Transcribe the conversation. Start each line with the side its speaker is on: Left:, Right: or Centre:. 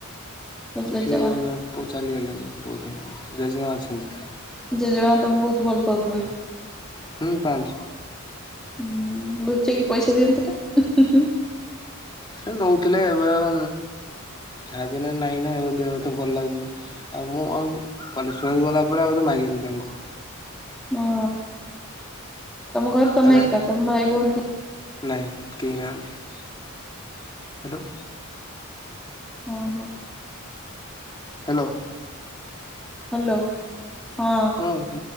Centre: ଖାଲି ଜେଜେମା?
Left: ସିଏ ପ ଚାଲିଗଲେ ନି ବହୁତ <unintelligible> ଜେଜମା ଅଛନ୍ତି।
Centre: ଜେଜେମା ତମକୁ ବହୁତୁ ଭଲ ପାଉଥିବେ।
Left: ହୁ ପାନ୍ତି
Centre: ହୁଁ ଲୁଚେଇକି ପଇସା ଦିଅନ୍ତୁ ନା
Left: ସେ ଦଉଥିଲେ ଏବେ ଆଉ ଯହା ପି ନାହିଁ ନା ଦେହତେ ଭଲ ଲାଗୁନି ଆଉ ମୁଁ ଆଉ କଲେଜ ଫ ଗଲା ପରେ ଆଉ ମାଗିନି ତାଙ୍କୁ।
Centre: ହଁ। ତମ ଘରେ ତମେ
Left: ମାନେ
Centre: ଏକା ତମ ଭାଇ ଭଉଣୀ କି
Left: ନାଇଁ କେଖି ନାହାନ୍ତି ହ୍ୟାଲୋ
Centre: ହଁ ହଁ।
Left: ହ୍ୟାଲୋ।
Centre: ହ୍ୟାଲୋ। ହଁ
Left: <unintelligible>